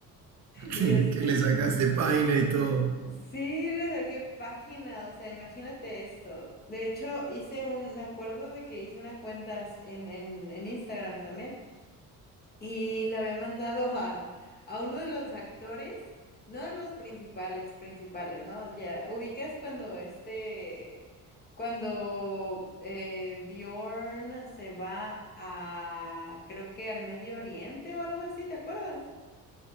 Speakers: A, on the left; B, on the right.
A: y
B: que,
A: este,
B: que le sacaste página y todo.
A: sí, le saqué página, o sea, imagínate esto. De hecho, hice un, me acuerdo de que hice una cuenta en, en, en Instagram también y la había mandado a, a uno de los actores, no a los principales, principales, ¿no? Ya, ubicas cuando este, cuando eh, Bjorn se va a, creo que al Medio Oriente o algo así, ¿te acuerdas?